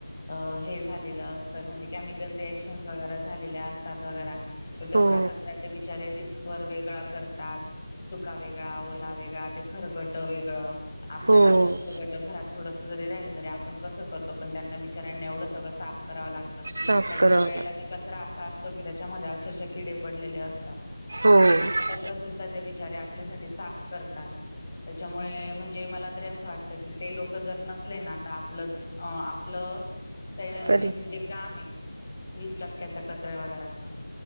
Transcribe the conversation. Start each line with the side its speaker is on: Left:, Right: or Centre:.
Left: अ हे झालेलं असतं म्हणजे केमिकल रिएक्शन्स वगैरे झालेल्या असतात वगैरा. मग तेवढा
Right: हो
Left: कचरा ते बिचारे रिस्क वर वेगळा कर तात सुका वेगळा, ओला वेगळा ते खरगट वेगळं आपल्याला
Right: हो
Left: खरबट घरात थोडस जरी राहिलं तरी आपण कसं करतो पण त्यांना बिचऱ्यांना एवढं सगळं साफ करावं लागतं.
Right: साफ
Left: काही
Right: करावा
Left: काही वेळेला
Right: लागतो.
Left: तर कचरा असा असतो कि त्याच्यामध्ये अक्षरशः किडे पडलेले असता त,
Right: हो
Left: असा कचरा सुद्धा ते बिचारे तरी आपल्यासाठी साफ करत्यात त्याच्यामुळे म्हण जे मला तरी असं वाटत की ते लोक जर नसले ना तर आपलं अ आपलं दैनंदिनीच
Right: तरी
Left: जे काम आहे वीस टक्क्याचा कचऱ्या वगैरेच